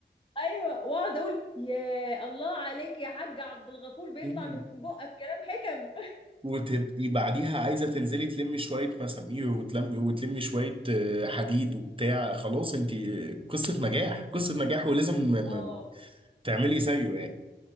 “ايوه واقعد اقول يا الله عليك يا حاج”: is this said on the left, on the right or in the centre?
Left